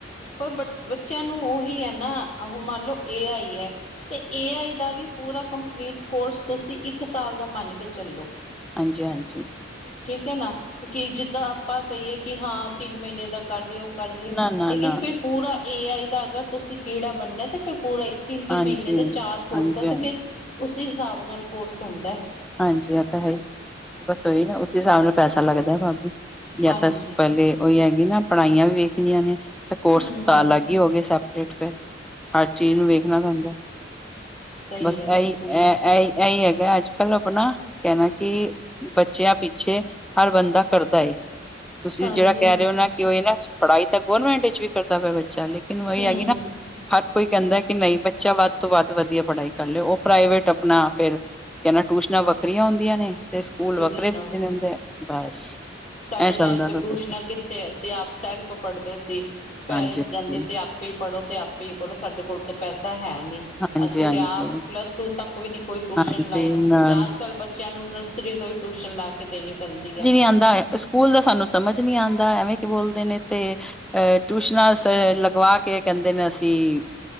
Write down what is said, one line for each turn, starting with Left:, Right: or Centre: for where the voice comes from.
Left: ਪਰ ਬ-ਬੱਚਿਆਂ ਨੂੰ ਉਹੀ ਹੈ ਨਾ। ਹੁਣ ਮੰਨ ਲਓ ਏ-ਆਈ ਐ ਤੇ, ਏ-ਆਈ ਦਾ ਵੀ ਪੂਰਾ ਕੰਪਲੀਟ ਕੋਰਸ ਤੁਸੀਂ ਇੱਕ ਸਾਲ ਦਾ ਮੰਨ ਕੇ ਚੱਲੋ।
Centre: ਹਾਂਜੀ ਹਾਂਜੀ,
Left: ਠੀਕ ਹੈ ਨਾ ਕੀ ਜਿੱਦਾਂ ਆਪਾਂ ਕਹੀਏ ਕਿ ਹਾਂ, ਤਿੰਨ ਮਹੀਨੇ ਦਾ ਕਰ ਲਿਓ ਕਰ ਲਈਏ,
Centre: ਨਾ-ਨਾ-ਨਾ,
Left: ਲੇਕਿਨ ਫਿਰ ਪੂਰਾ ਏ -ਆਈ ਦਾ ਅਗਰ ਤੁਸੀਂ ਕੀੜਾ ਬਣਨਾ ਤੇ ਫਿਰ ਪੂਰਾ ਤਿੰਨ-ਤਿੰਨ,
Centre: ਹਾਂਜੀ।
Left: ਮਹੀਨੇ ਦਾ ਚਾਰ ਕੋਰਸ
Centre: ਹਾਂਜੀ-ਹਾਂਜੀ,
Left: ਹੈ, ਤੇ ਫਿਰ
Centre: ਹਾਂਜੀ
Left: ਉਸ ਹਿਸਾਬ ਨਾਲ ਕੋਰਸ ਹੁੰਦਾ ਹੈ।
Centre: ਹਾਂਜੀ, ਆ ਤਾਂ ਹੈ ਹੀ, ਬਸ ਉਹੀ ਨਾ ਉਸੇ ਹਿਸਾਬ ਨਾਲ ਪੈਸਾ ਲੱਗਦਾ ਭਾਬੀ ਜਾਂ
Left: ਹਾਂਜੀ
Centre: ਤਾਂ ਪਹਿਲੇ ਉਹੀ ਹੈਗੀ ਨਾ ਪੜ੍ਹਾਈਆਂ ਵੀ ਵੇਖਣੀਆਂ ਨੇ ਤਾਂ ਕੋਰਸ
Left: ਹੂੰ
Centre: ਤਾਂ ਅਲੱਗ ਹੀ ਹੋ ਗਏ ਸਭ ਫ ਹਰ ਚੀਜ਼ ਨੂੰ ਵੇਖਣਾ ਪੈਂਦੈ
Left: ਸਹੀ
Centre: ਬਸ
Left: ਹੈ
Centre: ਇਹੀ
Left: ਬਿਲਕੁਲ
Centre: ਇਹ ਏ, ਇਹੀ ਹੈਗਾ ਅੱਜ ਕੱਲ ਆਪਣਾ ਕਹਿਣਾ, ਕਿ ਬੱਚਿਆਂ ਪਿੱਛੇ ਹਰ ਬੰਦਾ ਕਰਦਾ ਏ ਤੁਸੀਂ
Left: ਹਾਂਜੀ
Centre: ਜਿਹੜਾ ਕਹਿ
Left: ਹਾਂਜੀ
Centre: ਰਹੇ ਹੋ ਨਾ, ਕਿ ਉਹ ਨਾ ਪੜ੍ਹਾਈ ਤਾਂ ਗੌਰਰਮੈਂਟ ਵਿੱਚ ਵੀ ਕਰਦਾ ਪਿਆ ਬੱਚਾ ਲਈ। ਇਹਨੂੰ
Left: ਹੂੰ
Centre: ਇਹ ਹੈਗੀ ਨਾ ਹਾ ਕੋਈ ਕਹਿੰਦਾ ਕਿ ਨਹੀਂ, ਬੱਚਾ ਵੱਧ ਤੋਂ ਵੱਧ ਵਧੀਆ ਪੜ੍ਹਾਈ ਕਰ ਲੋ। ਉਹ ਪ੍ਰਾਈਵੇਟ ਆਪਣਾ ਫਿਰ ਕਹਿੰਦਾ ਟੂਊਸ਼ਨਾਂ ਵੱਖਰੀਆਂ ਹੁੰਦੀਆਂ ਨੇ, ਤੇ ਸਕੂਲ
Left: ਤੁਸੀਂ
Centre: ਵੱਖਰੇਜਣੇ
Left: ਸੁਣਾਓ
Centre: ਹੁੰਦੇ ਬਸ
Left: ਸਾਡੇ
Centre: ਇਹ ਚੱਲਦਾ
Left: ਟਾਈਮ ਤੋਂ
Centre: ਪਿਆ
Left: ਟਿਊਸ਼ਨਾਂ
Centre: ਸਿਸਟਮ
Left: ਕਿੱਥੇ ਸੀ। ਆਪ ਸੈਲਫ ਪੜ੍ਹਦੇ ਸੀ, ਪੇਰੈਂਟਸ
Centre: ਹਾਂਜੀ ਹਾਂਜੀ
Left: ਕਹਿੰਦੇ ਸੀ ਆਪ ਤੇ ਆਪੇ ਪੜ੍ਹੋ, ਤੇ ਆਪੇ ਹੀ ਕੋਲੋ ਸਾਡੇ ਕੋਲ ਤਾਂ ਪੈਸਾ ਹੈ ਨੀ।
Centre: ਹਾਂਜੀ
Left: ਅਸੀਂ
Centre: ਹਾਂਜੀ
Left: ਤੇ ਆਪ ਪਲੱਸ ਟੂ ਤੱਕ ਵੀ ਨੀ ਕੋਈ ਟਿਊਸ਼ਨ
Centre: ਹਾਂਜੀ
Left: ਲਾਈ।
Centre: ਨਾਲ
Left: ਤੇ ਅੱਜ ਕੱਲ ਬੱਚਿਆਂ ਨੂੰ ਕੋਈ ਟਿਊਸ਼ਨ ਲਾ ਕੇ ਦੇਣੀ ਪੈਂਦੀ ਹੈ।
Centre: ਕਿਸਦਾ ਏ, ਸਕੂਲ ਦਾ ਸਾਨੂੰ ਸਮਝ ਨੀ ਆਉਂਦਾ। ਐਵੇਂ ਕੀ ਬੋਲਦੇ ਨੇ ਤੇ ਅਹ ਟਿਊਸ਼ਨਾਂ ਅ ਲਗਵਾ ਕੇ ਕਹਿੰਦੇ ਨੇ ਅਸੀਂ